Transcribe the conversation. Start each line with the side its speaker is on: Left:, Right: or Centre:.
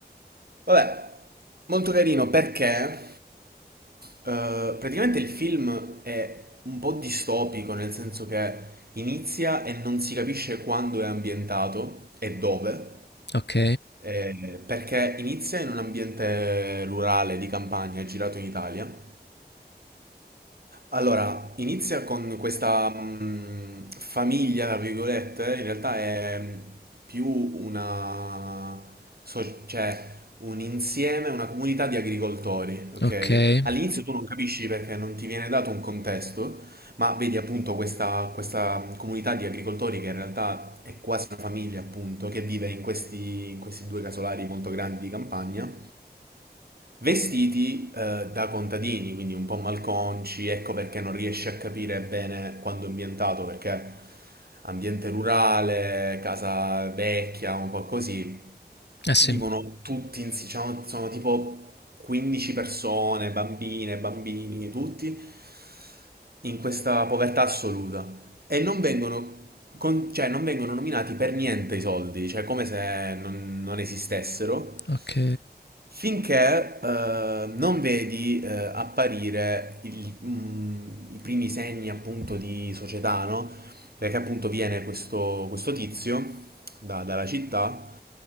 Right: Vabbè, molto carino perché eh, praticamente il film è un po' distopico, nel senso che inizia e non si capisce quando è ambientato e dove.
Left: Ok,
Right: Eh, perché inizia in un ambiente rurale di campagna, è girato in Italia. Allora, inizia con questa mh, famiglia, tra virgolette, in realtà è mh, più una, so- cioè un insieme, una comunità di agricoltori, ok?
Left: ok. Eh
Right: All'inizio tu non capisci perché non ti viene dato un contesto, ma vedi appunto questa, questa comunità di agricoltori che in realtà è quasi una famiglia, appunto, che vive in questi, in questi due casolari molto grandi di campagna, vestiti eh, da contadini, quindi un po' malconci, ecco perché non riesci a capire bene quando è ambientato, perché ambiente rurale, casa vecchia, un po' così.
Left: sì,
Right: Vivono tutti, in- diciamo, sono tipo 15 persone, bambine, bambini, tutti in questa povertà assoluta e non vengono, con- cioè, non vengono nominati per niente i soldi, cioè come se non, non esistessero,
Left: ok,
Right: finché eh, non vedi eh, apparire il- mm, i primi segni appunto di società, no? Perché appunto viene questo, questo tizio da- dalla città